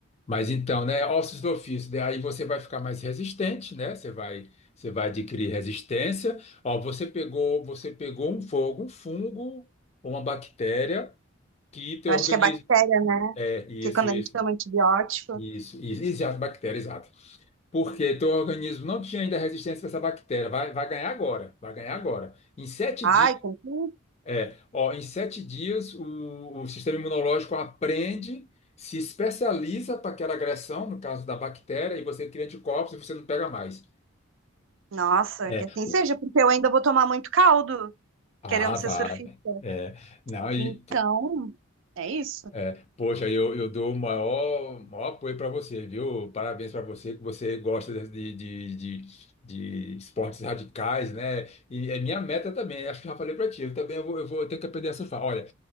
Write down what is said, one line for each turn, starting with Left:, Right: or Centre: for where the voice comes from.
Left: Mas então, né, ossos do ofício, daí você vai ficar mais resistente, né? Você vai, você vai adquirir resistência. Ó, você pegou, você pegou um fogo, um fungo ou uma bactéria que teu
Right: Eu
Left: organismo,
Right: acho que é bactéria, né?
Left: é, isso,
Right: Porque quando
Left: isso,
Right: a gente toma antibiótico,
Left: isso, isso, exato, bactéria, exato. Porque teu organismo não tinha ainda resistência para essa bactéria, vai, vai ganhar agora, vai ganhar agora. Em sete
Right: ai,
Left: dias
Right: tem que... assim,
Left: é, ó, em sete dias o, o sistema imunológico aprende, se especializa para aquela agressão, no caso da bactéria, e você cria anticorpos e você não pega mais.
Right: Nossa,
Left: É.
Right: que assim
Left: o-
Right: seja, porque eu ainda vou tomar muito caldo.
Left: Ah,
Right: querendo ser
Left: vale.
Right: surfista.
Left: É, não, e,
Right: Então,
Left: po-
Right: é isso.
Left: é, poxa, eu, eu dou o maior, maior apoio para você, viu? Parabéns para você, que você gosta de, de, de, de esportes radicais, né? E é minha meta também, acho que já falei para ti, eu também eu vou, eu vou ter que aprender a surfar. Olha,